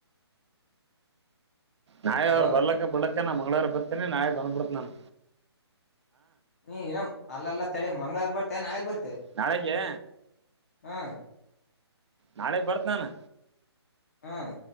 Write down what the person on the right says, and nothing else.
ನಾವಿ
ಅವ್ರು ಬರ್ಲಕ್ಕ ಬಿಡ್ಲಕ ನಾ ಮಂಗ್ಳವಾರ ಬರ್ತೇನಿ ನಾಯಿ ಬಂದಬಿಡ್ತ ನನ್
ನಾಳೆಗೆ
ನಾಳೆ ಬರ್ತ್ನಾನೀ ನಾ